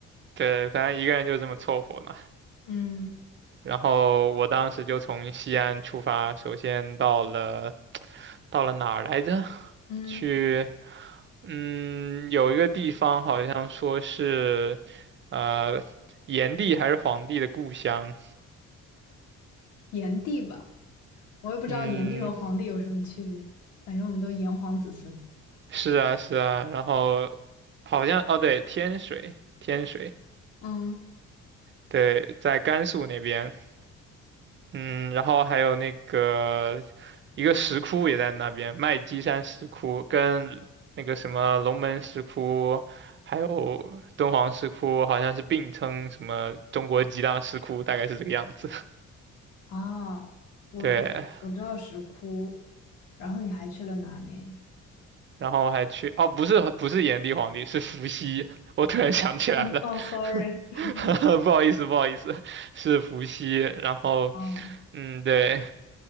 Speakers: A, on the right; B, on the left.
A: 对，反正一个人就这么凑合嘛。
B: 嗯
A: 然后我当时就从西安出发，首先到了到了哪儿来着？
B: 嗯，
A: 去，嗯，有一个地方好像说是，呃，炎帝还是黄帝的故乡，
B: 炎帝吧。我也不知道炎帝和黄帝有什么区别，
A: 嗯。
B: 反正我们都炎黄子孙。
A: 是啊，是啊，然后好像哦，对，天水，天水，
B: 嗯，
A: 对，在甘肃那边，嗯，然后还有那个一个石窟也在那边，麦积山石窟跟那个什么龙门石窟，还有敦煌石窟，好像是并称什么中国几大石窟，大概是这个样子。<laughs>
B: 啊，我我我知道石窟，
A: 对，
B: 然后你还去了哪里？
A: 然后还去哦，不是不是炎帝皇帝，是伏羲。我突然想起来了，
B: 嗯哦，sorry，
A: <laughs>
B: <laughs>
A: 不好意思不好意思，是伏羲。然后
B: 哦，
A: 嗯，对，